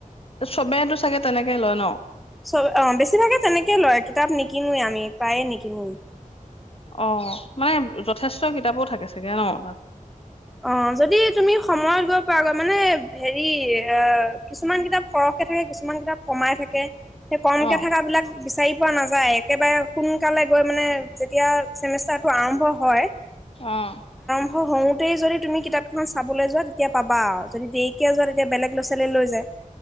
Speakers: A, on the left; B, in the centre.
A: চবেইতো চাগে তেনেকে লয় ন'?
B: <unintelligible> বেছিভাগে তেনেকে লয়। কিতাপ নিকিনোৱে আমি প্ৰায়ে নিকিনো। <inaudible>
A: অ', মানে যথেষ্ট কিতাপো থাকে চাগে ন' তাত।
B: অ', যদি তুমি সময়তগৈ পোৱাগৈ মানে হেৰি কিছুমান কিতাপ সৰহকে থাকে কিছুমান কিতাপ কমাই থাকে। সেই কমকে
A: অ
B: থকা বিলাক বিচাৰি, পোৱা নাযায় একেবাৰে সোনকালে গৈ মানে যেতিয়া চেমিষ্টাৰটো আৰম্ভ হয়
A: অ'।
B: <inaudible> গোটেই যদি তুমি কিতাপখন চাবলৈ যোৱা তেতিয়া পাবা আৰু যদি দেৰিকে যোৱা তেতিয়া বেলেগ লৰা ছোৱালী লৈ যায়।